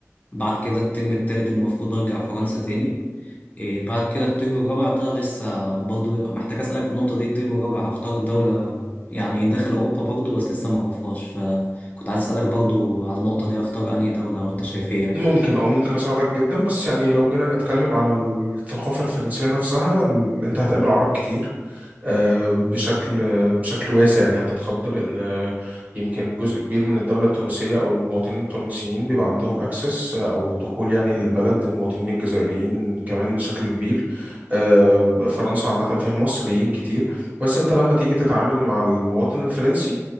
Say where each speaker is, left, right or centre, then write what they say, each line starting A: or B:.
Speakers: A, on the left; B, on the right.
A: بعد كده الترم التالت المفروض ارجع فرنسا تاني إيه بعد كده الترم الرابع ده لسه برضو محتاج أسألك في النقطة دي الترم الرابع هختار دولة يعني داخل أوروبا برضو بس لسه معرفهاش فكنت عايز أسألك برضو على النقطة دي هختار أنهي دولة وأنت شايف إيه يعني
B: ممكن او ممكن اساعدك جدا بس يعني لو جينا نتكلم على الثقافه الفرنسيه نفسها ال... انت هتقابل عرب كتير آه، بشكل بشكل واسع يعني هتتخض لأن آه، يمكن جزء كبير من الدولة التونسية أو المواطنين التونسيين بيبقى عندهم أكسس أو دخول يعني للبلد المواطنين الجزائريين كمان بشكل كبير آه، فرنسا عامة فيها مصريين كتير بس أنت لما تيجي تتعامل مع المواطن الفرنسي